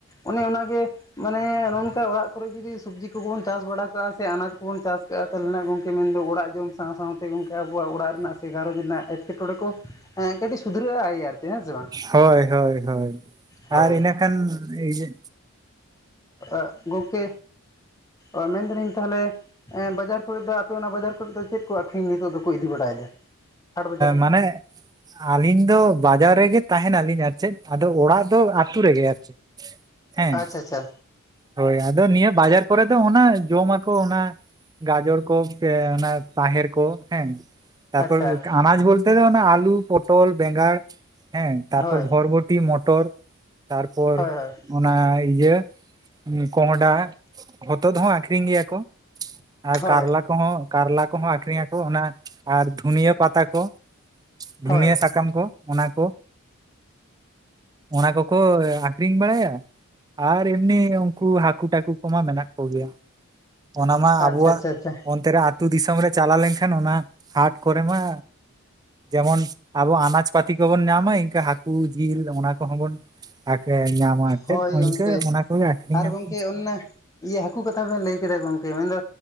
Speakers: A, on the left; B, on the right.
A: ᱚᱱᱮ ᱚᱱᱟ ᱜᱮ ᱢᱟᱱᱮ ᱱᱚᱜ-ᱚ ᱱᱚᱝᱠᱟ ᱚᱲᱟᱜ ᱠᱚᱨᱮ ᱡᱩᱫᱤ ᱥᱚᱵᱡᱤ ᱩᱛᱩ ᱠᱚᱵᱚᱱ ᱪᱟᱥ ᱵᱟᱲᱟ ᱠᱟᱜᱼᱟ ᱥᱮ ᱟᱱᱟᱡᱽ ᱠᱚᱵᱚᱱ ᱪᱟᱥ ᱠᱟᱜᱼᱟ ᱛᱟᱦᱚᱞᱮ ᱱᱟᱜ ᱜᱚᱝᱠᱮ ᱢᱮᱱᱫᱚ ᱚᱲᱟᱜ ᱡᱚᱢ ᱥᱟᱶ ᱥᱟᱶᱛᱮ ᱜᱚᱝᱠᱮ ᱟᱵᱚᱣᱟᱜ ᱚᱲᱟᱜ ᱨᱮᱱᱟᱜ ᱥᱮ ᱜᱷᱟᱨᱚᱸᱡᱽ ᱨᱮᱱᱟᱜ ᱮᱴᱠᱮᱴᱚᱬᱮ ᱠᱚ ᱮ ᱠᱟᱹᱴᱤᱡ ᱥᱩᱫᱷᱨᱟᱹᱜ-ᱟ ᱮᱭ ᱟᱨᱠᱤ, ᱦᱮᱸ ᱥᱮ ᱵᱟᱝ?
B: ᱦᱳᱭ ᱦᱳᱭ ᱦᱳᱭ,
A: ᱦᱳᱭ
B: ᱟᱨ ᱤᱱᱟᱹ ᱠᱷᱟᱱ ᱤᱭᱟᱹ
A: ᱮᱜ ᱜᱚᱝᱠᱮ ᱚ ᱢᱮᱱ ᱫᱟᱞᱤᱧ ᱛᱟᱦᱞᱮ ᱮᱸ ᱵᱟᱡᱟᱨ ᱠᱚᱨᱮᱜ ᱫᱚ ᱟᱯᱮ ᱚᱱᱟ ᱵᱟᱡᱟᱨ ᱠᱚᱨᱮᱜ ᱫᱚ ᱪᱮᱫ ᱠᱚ ᱟᱹᱠᱷᱨᱤᱧ ᱱᱤᱛᱚᱜ ᱫᱚᱠᱚ ᱤᱫᱤ ᱵᱟᱲᱟᱭᱮᱫᱟ? ᱦᱟᱴ ᱵᱟᱡᱟᱨ
B: ᱢᱟᱱᱮ ᱟᱹᱞᱤᱧ ᱫᱚ ᱵᱟᱡᱟᱨ ᱨᱮᱜᱮ ᱛᱟᱸᱦᱮᱱᱟᱞᱤᱧ ᱟᱨ ᱪᱮᱫ, ᱟᱫᱚ ᱚᱲᱟᱜ ᱫᱚ ᱟᱹᱛᱩ ᱨᱮᱜᱮ ᱟᱨ ᱪᱮᱫ᱾ ᱦᱮᱸ,
A: ᱟᱪᱪᱷᱟ ᱟᱪᱪᱷᱟ
B: ᱦᱳᱭ ᱟᱫᱚ ᱱᱤᱭᱟᱹ ᱵᱟᱡᱟᱨ ᱠᱚᱨᱮ ᱫᱚ ᱚᱱᱟ ᱡᱚᱢᱟᱠ ᱠᱚ ᱚᱱᱟ ᱜᱟᱡᱚᱨ ᱠᱚ ᱯᱮ ᱚᱱᱟ ᱛᱟᱦᱮᱨ ᱠᱚ ᱦᱮᱸ, ᱛᱟᱨᱯᱚᱨ
A: ᱟᱪᱪᱷᱟ
B: ᱟᱱᱟᱡ ᱵᱚᱞᱛᱮ ᱫᱚ ᱚᱱᱟ ᱟᱞᱩ ᱯᱚᱴᱚᱞ, ᱵᱮᱸᱜᱟᱲ ᱦᱮᱸ, ᱛᱟᱯᱚᱨ
A: ᱦᱳᱭ
B: ᱵᱷᱚᱨᱵᱚ ᱴᱤ, ᱢᱚᱴᱚᱨ ᱛᱟᱨᱯᱚᱨ
A: ᱦᱳᱭ ᱦᱳᱭ
B: ᱚᱱᱟ ᱤᱡᱟᱹ ᱠᱚᱸᱦᱚᱰᱟ ᱦᱚᱛᱚᱫ ᱦᱚᱸ ᱟᱠᱷᱨᱤᱧ ᱜᱮᱭᱟ ᱠᱚ ᱟᱨ
A: ᱦᱳᱭ
B: ᱠᱟᱨᱞᱟ ᱠᱚᱦᱚᱸ ᱠᱟᱨᱞᱟ ᱠᱚᱦᱚᱸ ᱟᱠᱷᱨᱤᱧ ᱟᱠᱚ ᱚᱱᱟ ᱟᱨ ᱫᱷᱩᱱᱤᱭᱟᱹ ᱯᱟᱛᱟ ᱠᱚ᱾ ᱫᱷᱩᱱᱤᱭᱟᱹ
A: ᱦᱳᱭ
B: ᱥᱟᱠᱟᱢ ᱠᱚ ᱚᱱᱟ ᱠᱚ᱾ ᱚᱱᱟ ᱠᱚᱠᱚ ᱟᱠᱷᱨᱤᱧ ᱵᱟᱲᱟᱭᱟ ᱟᱨ ᱮᱢᱱᱤ ᱩᱱᱠᱩ ᱦᱟᱹᱠᱩ ᱴᱟᱠᱩ ᱠᱚᱢᱟ ᱢᱮᱱᱟᱜ ᱠᱚᱜᱮᱭᱟ᱾ ᱚᱱᱟ ᱢᱟ
A: ᱟᱪᱪᱷᱟ
B: ᱟᱵᱚᱣᱟᱜ
A: ᱟᱪᱪᱷᱟ ᱟᱪᱪᱷᱟ
B: ᱚᱱᱛᱮ ᱨᱮ ᱟᱹᱛᱩ ᱫᱤᱥᱚᱢ ᱨᱮ ᱪᱟᱞᱟ ᱞᱮᱱᱠᱷᱟᱱ ᱚᱱᱟ ᱦᱟᱴ ᱠᱚᱨᱮ ᱢᱟ ᱡᱮᱢᱚᱱ ᱟᱵᱚ ᱟᱱᱟᱡ ᱯᱟᱹᱛᱤ ᱠᱚᱵᱚᱱ ᱧᱟᱢᱟ ᱤᱱᱠᱟᱹ ᱦᱟᱹᱠᱩ ᱡᱤᱞ ᱚᱱᱟ ᱠᱚᱦᱚᱸ ᱵᱚᱱ ᱟᱠᱮ ᱧᱟᱢᱟ ᱮᱱᱛᱮᱫ
A: ᱦᱳᱭ ᱜᱚᱝᱠᱮ
B: ᱤᱱᱠᱟᱹ ᱚᱱᱟ ᱠᱚᱜᱮ ᱟᱠᱷᱨᱤᱧ
A: ᱟᱨ ᱜᱚᱝᱠᱮ
B: <inaudible>
A: ᱚᱱᱮ ᱤᱭᱟᱹ ᱦᱟᱹᱠᱩ ᱠᱟᱛᱷᱟ ᱵᱮᱱ ᱞᱟᱹᱭ ᱠᱮᱫᱟ ᱜᱚᱝᱠᱮ ᱢᱮᱱᱫᱚ